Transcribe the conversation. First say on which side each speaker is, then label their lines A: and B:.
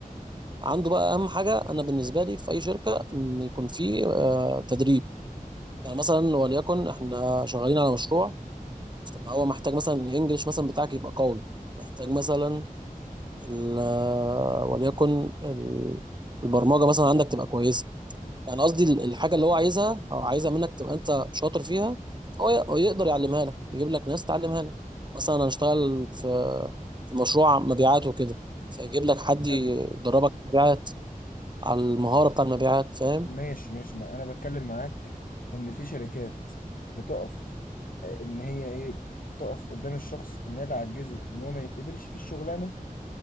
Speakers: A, on the right; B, on the left.
A: عنده بقى اهم حاجه انا بالنسبه لي في اي شركه ان يكون فيه آه، تدريب يعني مثلا وليكن احنا شغالين على مشروع فهو محتاج مثلا الانجليش مثلا بتاعك يبقى قوي محتاج مثلا ال- آه، وليكن ال- البرمجه مثلا عندك تبقى كويسه يعني قصدي ال- الحاجه اللي هو عايزها او عايزها منك تبقى انت شاطر فيها هو ي- هو يقدر يعلمها لك يجيب لك ناس تعلمها لك مثلا انا اشتغل في في مشروع مبيعات وكده فيجيب لك حد
B: حلو
A: يدربك مبيعات على المهاره بتاع المبيعات فاهم
B: ماشي ماشي ما انا بتكلم معاك ان في شركات بتقف آه، ان هي ايه تقف قدام الشخص انها تعجزه ان هو ما يتقبلش في الشغلانه